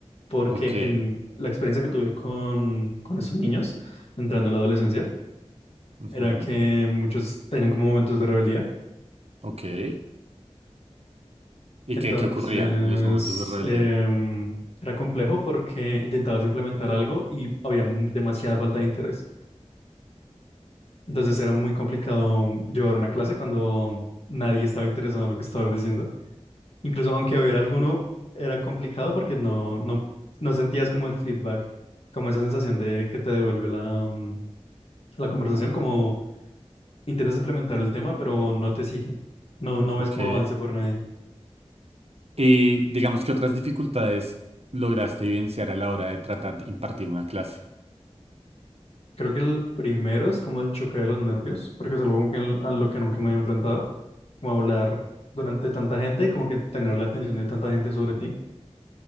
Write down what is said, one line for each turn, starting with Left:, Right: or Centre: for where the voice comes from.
Left: porque
Right: ok,
Left: en la experiencia que tuve con, con esos niños, entrando en la adolescencia,
Right: ujú,
Left: era que muchos tenían como momentos de rebeldía
Right: ok. ¿Y
Left: Entonces,
Right: qué, qué ocurría en los momentos de rebeldía?
Left: em, era complejo porque intentabas implementar algo y había mu- demasiada falta de interés. Entonces era muy complicado llevar una clase cuando nadie estaba interesado en lo que estabas diciendo. Incluso aunque hubiera alguno, era complicado porque no, no, no sentías como el feedback, como esa sensación de que te devuelve la, mm, la conversación, como intentas implementar el tema, pero no te siguen. No, no
Right: Ok.
Left: ves como avance por nadie.
Right: Y digamos que otras dificultades lograste evidenciar a la hora de tratar de impartir una clase.
Left: Creo que el primero es como el choque de los nervios, porque es algo que- a lo que nunca me había enfrentado, como hablar durante tanta gente y como que tener la atención de tanta gente sobre ti.